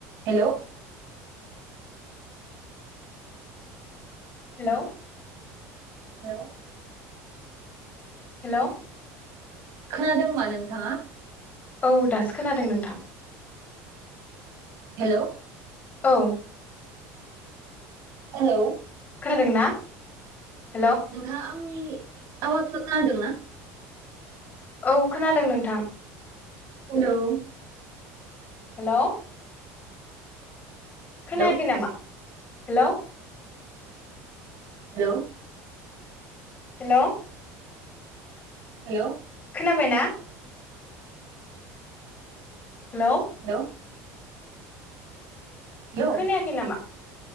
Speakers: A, on the right; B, on the left.
A: Hello
B: hello
A: hello
B: hello
A: खोनादों मा नोंथाङा।
B: औ दासो खोनादों नोंथां।
A: हेलौ
B: औ
A: हेलौ
B: खोनादों ना? हेलौ
A: नोंथाङा आंनि आवाजफोर खोनदों ना?
B: औ खोनादों नोंथां
A: हेल'
B: हेल'
A: हेलौ
B: खोनायाखै नामा? हेल'
A: हेल'
B: हेल'
A: हेल'
B: खोनाबायना? हेल'
A: हेलौ हेलौ
B: खोनायाखै नामा?